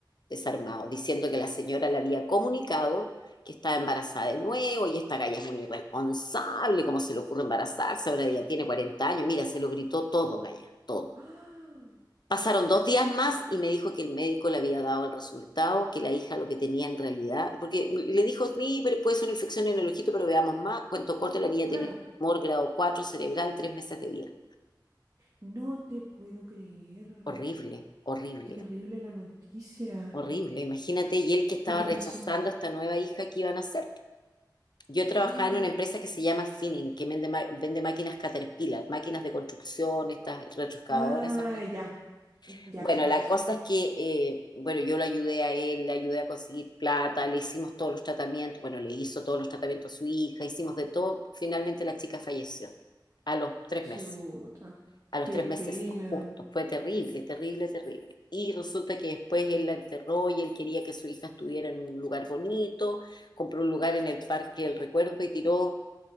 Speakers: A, on the left (about 60°); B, on the right (about 45°).
A: desarmado, diciendo que la señora le había comunicado que estaba embarazada de nuevo y esta galla es muy irresponsable, ¿cómo se le ocurre embarazarse? Ahora ya tiene 40 años, mira, se lo gritó todo, galla, todo.
B: <gasps> Ah,
A: Pasaron
B: chuta.
A: dos días más y me dijo que el médico le había dado el resultado, que la hija lo que tenía en realidad, porque le dijo, sí, pero puede ser una infección en el ojito, pero veamos más. Cuento corto, la niña
B: Claro.
A: tenía un tumor grado 4 cerebral, tres meses de vida.
B: No te puedo creer.
A: Horrible, horrible.
B: Qué terrible la noticia.
A: Horrible, imagínate, y él que estaba
B: ¿Y qué
A: rechazando
B: pasó?
A: a esta nueva hija que iban a hacer. Yo trabajaba
B: <gasps>
A: en una empresa que se llama Finning, que vende, ma- vende máquinas Caterpillar, máquinas de construcción, estas retroexcavadoras,
B: Ah,
A: esas cuestiones.
B: ya, ya
A: Bueno,
B: te cacho.
A: la cosa es que, eh, bueno, yo lo ayudé a él, le ayudé a conseguir plata, le hicimos todos los tratamientos, bueno, le hizo todos los tratamientos a su hija, hicimos de todo. Finalmente la chica falleció a los tres
B: Chuta,
A: meses a los
B: qué
A: tres
B: pena.
A: meses justo. Fue terrible, terrible, terrible. Y resulta que después él la enterró y él quería que su hija estuviera en un lugar bonito, compró un lugar en el Parque del Recuerdo y tiró,